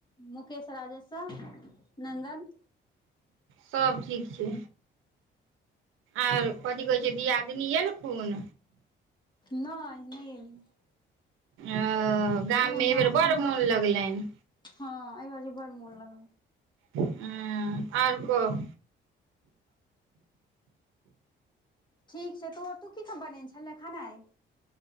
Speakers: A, on the left (about 20°); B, on the right (about 90°).
A: मुकेश राजेश्वर नन्दन
B: सब ठीक छै आर कथी कहै छै दियादिनी एलखून
A: नहि नहि एलै
B: ओ गाममे
A: एखन
B: एहि
A: गाँव
B: बेर बड़ मोन लगलै हिन
A: हँ एहि बाजि बड़ मोन लगलै
B: उंम्म आर कह
A: ठीक छै तो तू की सब बनेने छले खेनाइ